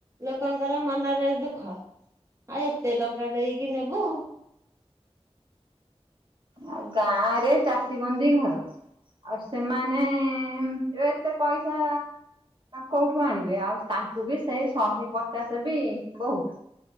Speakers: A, on the right; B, on the right.
A: ଲୋକଙ୍କର ମନରେ ଦୁଃଖ ଆଉ ଏତେ ଟଙ୍କା ଦେଇକି ନେବୁ।
B: ଆଉ ଗାଁ ରେ ଚାଷୀ ବନ୍ଦୀ ଘର। ଆଉ ସେମାନେ ଏତେ ପଇସା କୋଉଠୁ ଆଣିବେ ଆଉ ତାଙ୍କୁ ବି ସେଇ ଶହେ ପଚାଶ ବି ବହୁତ